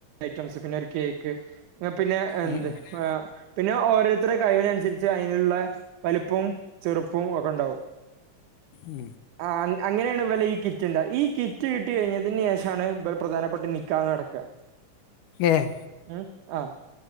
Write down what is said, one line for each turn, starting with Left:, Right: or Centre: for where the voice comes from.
Right: ഐറ്റംസ് പിന്നെ ഒരു കേക്ക് പിന്നെ എന്ത്
Left: ഉം ഉം. ഉം
Right: പിന്നെ ഓരോരുത്തരുടെ കഴിവിനനുസരിച്ച് അതിനുള്ള വലുപ്പം ചെറുപ്പവും ഒക്കെ ഉണ്ടാവും
Left: ഉം
Right: ആഹ് അങ്ങനെയാണ് ഇവലെ ഈ കിറ്റ് ഉണ്ടാക ഈ കിറ്റ് കിട്ടി കഴിഞ്ഞതിന് ശേഷമാണ് ഇവലെ പ്രധാനപ്പെട്ട നിക്കാഹ് നടക്കുക
Left: ഏഹ്
Right: ഉം ആഹ്